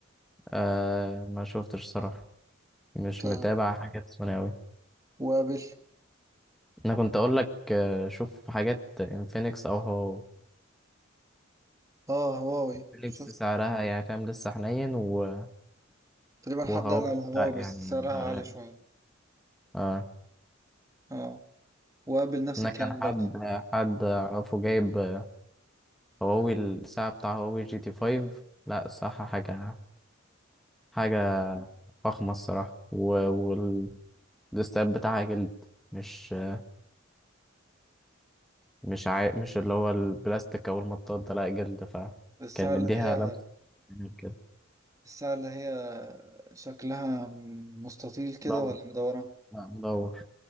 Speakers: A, in the centre; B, on the right (about 15°).
A: آه ما شفتش صراحة مش
B: ت-
A: متابع حاجات ثانوي
B: وابل
A: انا كنت اقول لك آه، شوف حاجات انفينكس او هو
B: اه هواوي
A: فينيكس
B: شفت
A: سعرها يعني فاهم لسه حنين و-
B: تقريبا
A: وهو
B: حد قال على هواوي
A: لا
B: بس
A: يعني
B: سعرها
A: لا غالي
B: عالي شوية
A: اه
B: اه وابل نفس
A: انا
B: الكلام
A: كان
B: برضه
A: حد حد اعرفه جايب آه، هواوي الساعه بتاع هواوي جي تي 5 لا الصراحه حاجه حاجه فخمه الصراحه والاستاب بتاعها جلد مش آه، مش عا... مش اللي هو البلاستيك او المطاط ده لا جلد فكان
B: الساعة
A: مديها
B: اللي هي
A: لمسه جميل كده
B: الساعة اللي هي شكلها مستطيل كده
A: مدور
B: ولا مدورة
A: لا مدور